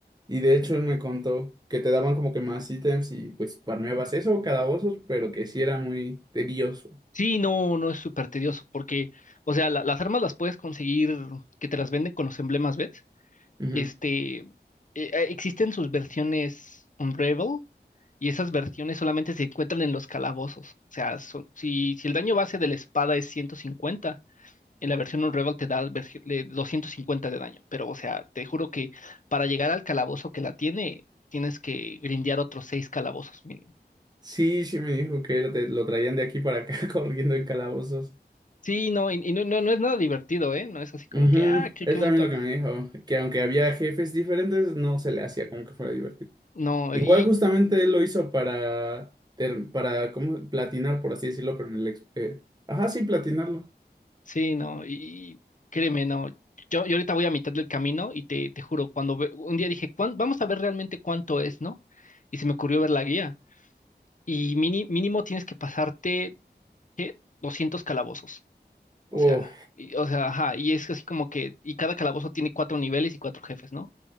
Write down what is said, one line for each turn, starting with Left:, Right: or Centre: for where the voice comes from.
Right: Y de hecho él me contó que te daban como que más ítems y pues farmeabas eso, calabozos, pero que sí era muy tedioso.
Left: Sí, no, no es súper tedioso. Porque, o sea, la- las armas las puedes conseguir que te las venden con los emblemas, ¿ves?
Right: Ujú.
Left: Este, eh, eh, existen sus versiones Unravel y esas versiones solamente se encuentran en los calabozos. O sea, son- si, si el daño base de la espada es 150, en la versión Unravel te da versi- le- 250 de daño. Pero, o sea, te juro que para llegar al calabozo que la tiene, tienes que grindear otros seis calabozos mínimo.
Right: Sí, sí me dijo que lo, te- lo traían de aquí para acá <laughs> corriendo en calabozos.
Left: Sí, no, y, y no, no, no es nada divertido, ¿eh? No es así como
Right: Ujú.
Left: que, ah, qué,
Right: Él
Left: qué bonito.
Right: también lo que me dijo, que aunque había jefes diferentes, no se le hacía como que fuera divertido.
Left: No,
Right: Igual
Left: y,
Right: justamente él lo hizo para, ter- para como platinar, por así decirlo, pero en el... ex- eh, Ajá, sí, platinarlo.
Left: Sí, no, y y créeme, no. Yo, yo ahorita voy a mitad del camino y te, te juro, cuando ve- un día dije, "¿Cuán- vamos a ver realmente cuánto es, ¿no? Y se me ocurrió ver la guía. Y mini- mínimo tienes que pasarte, ¿qué? 200 calabozos. O
Right: Oh.
Left: sea, y- o sea, ajá, y es así como que, y cada calabozo tiene cuatro niveles y cuatro jefes, ¿no?